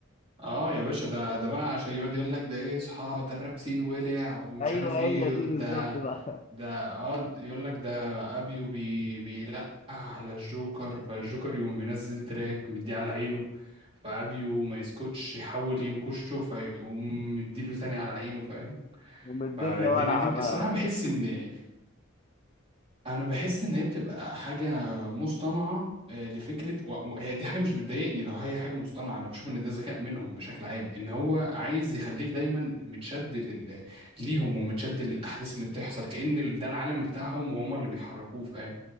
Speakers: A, on the right (about 30°); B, on the left (about 30°).
A: اه يا باشا ده ده بقى عشان يقعد يقول لك ده ايه اصحى ده الراب سين ولع ومش
B: ايوه
A: عارف ايه
B: هي دي
A: ده
B: بالظبط بقى <laughs>
A: ده اه يقول لك ده ابيو بي بيلقح على الجوكر فالجوكر يقوم منزل تراك مديه على عينه فابيو ما يسكتش يحاول ينكشه فيقوم مديله تاني على عينه فاهم
B: ام الدنيا
A: فالدنيا
B: ولعه
A: دي
B: بقى
A: الصراحة بحس ان انا بحس ان هي بتبقى حاجه مصطنعه آه، لفكره و- وهي دي حاجه مش بتضايقني لو هي حاجه مصطنعه انا بشوف ان ده ذكاء منهم بشكل عام ان هو عايز يخليك دايما متشد لل... ليهم ومتشد للاحداث اللي بتحصل كأن ده العالم بتاعهم وهم اللي بيحركوه فاهم